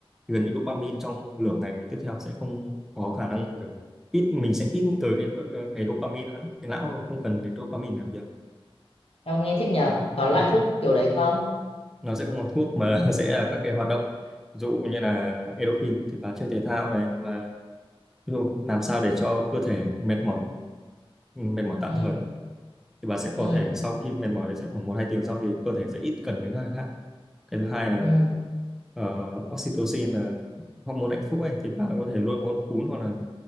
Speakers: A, in the centre; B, on the left (about 85°).
A: thì gần như dopamine trong nửa ngày tiếp theo sẽ không có khả năng kiểu ít mình sẽ ít nghĩ tới cái cái dopamine nữa đấy. cái não không cần đến dopamine làm việc
B: Em nghe thích nhở có loại
A: Ừ.
B: thuốc kiểu đấy không
A: nó sẽ không có thuốc mà <laughs> sẽ là các cái hoạt động ví dụ như là endorphin thì bà chơi thể thao này hoặc là ví dụ làm sao để cho cơ thể mệt mỏi ừ, mệt mỏi tạm
B: ừ.
A: thời thì bà sẽ
B: Ừ.
A: có thể sau khi mệt mỏi sẽ khoảng một hai tiếng sau thì cơ thể sẽ ít cần đến các cái khác cái thứ hai là
B: Ừ.
A: ờ, oxytocin là hormone hạnh phúc ấy thì bà có thể luôn muốn cún hoặc là